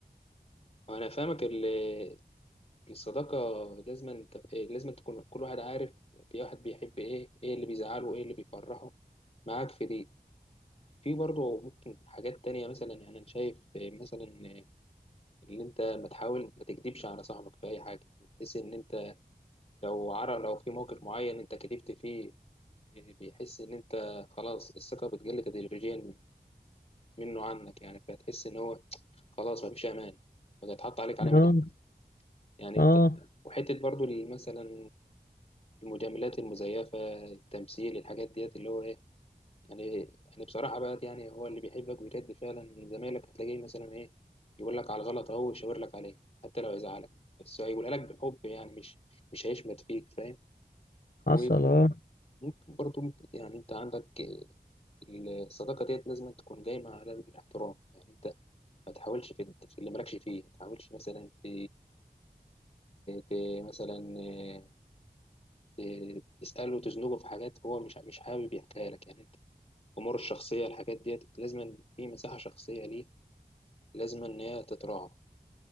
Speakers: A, on the left; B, on the left.
A: وانا فاهمك ال- الصداقه لازم انت لازم تكون كل واحد عارف في واحد بيحب ايه ايه اللي بيزعله ايه اللي بيفرحه معاك في دي في برضه ممكن حاجات تانية مثلا يعني أنا شايف مثلا إن أنت ما تحاول ما تكدبش على صاحبك في أي حاجة بحيث إن أنت لو عرف لو في موقف معين أنت كدبت فيه بيحس إن أنت خلاص الثقة بتقل تدريجيا منه عنك يعني فتحس إن هو خلاص مفيش أمان بقى يتحط عليك علامة
B: اه
A: إيه يعني
B: اه
A: أنت وحتة برضه مثلا المجاملات المزيفة التمثيل الحاجات ديت اللي هو إيه يعني يعني بصراحة بقى يعني هو اللي بيحبك ويرد فعلا من زمايلك هتلاقيه مثلا إيه يقول لك على الغلط أهو ويشاور لك عليه حتى لو يزعلك بس هيقولها لك بحب يعني مش مش هيشمت فيك فاهم وممكن
B: حصل اه
A: برضه ممكن- يعني أنت عندك آه، الصداقة ديت لازم تكون قايمة على الاحترام يعني أنت ما تحاولش في في اللي مالكش فيه ما تحاولش مثلا ت... ت... مثلا آه، ت- تسأله وتزنقه في حاجات هو مش مش حابب يحكيها لك يعني امور الشخصيه الحاجات ديت لازم في مساحه شخصيه ليه لازم ان هي تتراعى